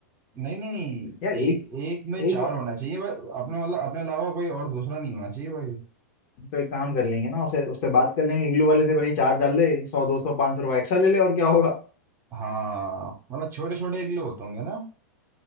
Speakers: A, on the right (about 30°); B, on the left (about 45°).
A: नहीं नहीं नहीं
B: यार
A: एक
B: एक
A: एक में चार
B: एक बा-
A: होना चाहिए बस अपने मतलब अपने अलावा कोई और दूसरा नहीं होना चाहिए भाई
B: तो एक काम कर लेंगे ना उसे उससे बात कर लेंगे इग्लू वाले से भाई चार डाल दे सौ दो सौ पाँच सौ रुपये एक्स्ट्रा ले ले और क्या होगा
A: हाँ मतलब छोटे छोटे एक लोग होते होंगे ना